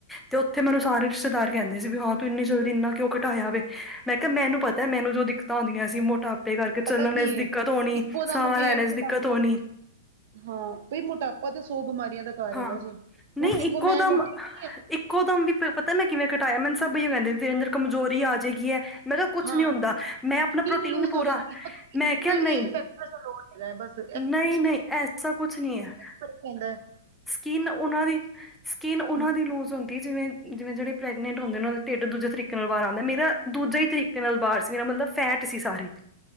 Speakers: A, in the centre; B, on the right (about 55°).
A: ਤੇ ਉੱਥੇ ਮੈਨੂੰ ਸਾਰੇ ਰਿਸ਼ਤੇਦਾਰ ਕਹਿੰਦੇ ਸੀ, ਵੀ ਹਾਂ ਤੂੰ ਇੰਨੀ ਜਲਦੀ ਇੰਨਾ ਕਿਉਂ ਘਟਾਇਆ ਵੇ। ਮੈਂ ਕਿਹਾ ਮੈਨੂੰ ਪਤਾ ਮੈਨੂੰ ਜੋ- ਦੀ ਦਿੱਕਤਾਂ ਆਉਂਦੀਆਂ ਸੀ, ਮੋਟਾਪੇ ਕਰਕੇ
B: ਪਤਾ
A: ਚੱਲਣ
B: ਕੀ
A: ਚ
B: ਹੈ
A: ਦਿੱਕਤ ਹੋਣੀ,
B: ਇੱਕੋ ਦਮ
A: ਸਾਹ
B: ਵੇਟ
A: ਲੈਣੇ ਚ
B: ਘਟਾ
A: ਦਿੱਕਤ ਹੋਣੀ।
B: ਹਾਂ, ਬਈ ਮੋਟਾਪਾ ਤੇ ਸੌ ਬਿਮਾਰੀਆਂ ਦਾ ਘਰ
A: ਹਾਂ,
B: ਹੈਗਾ ਜੀ
A: ਨਹੀਂ
B: ਹੁਣ ਦੇਖੋ
A: ਇੱਕੋਦਮ
B: ਮੈਂ ਮੋਟੀ
A: ਇੱਕੋ ਦਮ ਵੀ ਪਤਾ ਮੈਂ ਕਿਵੇਂ ਘਟਾਇਆ। ਮੈਨੂੰ ਸਭ ਅਇਉ ਕਹਿੰਦੇ ਤੇਰੇ ਅੰਦਰ ਕਮਜ਼ੋਰੀ ਆ ਜਾਏਗੀ ਹੈ। ਮੈਂ ਕਿਹਾ ਕੁਛ
B: ਹਾਂ
A: ਨੀ ਹੁੰਦਾ। ਮੈਂ ਆਪਣਾ
B: ਸਕਿਨ
A: ਪ੍ਰੋਟੀਨ
B: ਲੂਜ
A: ਪੂਰਾ,
B: ਹੋ ਜਾਂਦੀ ਏ,
A: ਮੈਂ ਕਿਆ
B: ਏਜ
A: ਨਹੀਂ
B: ਫੈਕਟਰ ਲੋਡ ਹੈਗਾ ਬਸ
A: ਨਹੀਂ-ਨਹੀਂ ਐਸਾ ਕੁਛ ਨਹੀਂ ਹੈ।
B: ਫਰਕ ਪੈਂਦਾ ਐ <unintelligible>
A: ਕੀਨ ਉਹਨਾਂ ਦੀ ਸਕੀਨ ਉਹਨਾਂ
B: ਹੂੰ,
A: ਦੀ ਲੂਜ ਹੁੰਦੀ ਆ। ਜਿਵੇਂ-ਜਿਵੇਂ ਜਿਹੜੇ ਪ੍ਰੈਗਨੈਂਟ ਹੁੰਦੇ ਨੇ, ਢਿੱਡ ਦੂਜੇ ਤਰੀਕੇ ਕਰਵਾ ਆਂਦਾ। ਮੇਰਾ ਦੂਜਾ ਹੀ ਤਕੀਕ ਨਾਲ ਬਾਹਰ ਸੀ, ਮੇਰਾ ਮਤਲਬ ਫੈਟ ਸੀ। ਸਾਰੀ,